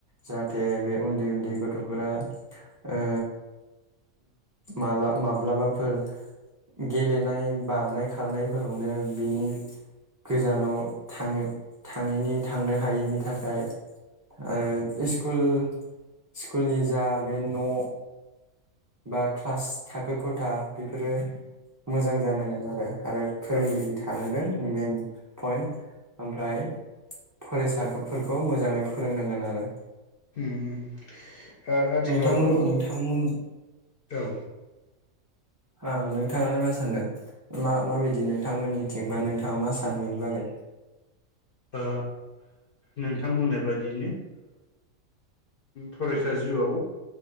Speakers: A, on the right; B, on the left.
A: जाहाथे बे उन्दै उन्दै गथ'फोरा ओ माला माब्लाबाफोर गेलेनाय बारनाय खारनायफोरावनो बिनि गोजानाव थाङ थाङिनि थांनो हायैनि थाखाय आरो स्कुल स्कुलनि जा बे न' बा क्लास थाखो खथा बेफोरो मोजां मोजां जानांगोन आरो आरो फोरोंगिरि
B: औ
A: थानांगोन मेन पइन्ट ओमफ्राय फरायसाफोरखौ मोजाङै फोरोंनांगोन आरो।
B: उम आथिखालावथ'
A: नोंथांमोन नोंथांमोन
B: औ
A: औ नोंथाङालाय मा सानदों मा माबायदि नोंथांमोननिथिं बा नोंथाङा मा सानो बेनि बागै?
B: ओ नोंथां बुंनाय बादियैनो फरायसा जिउआव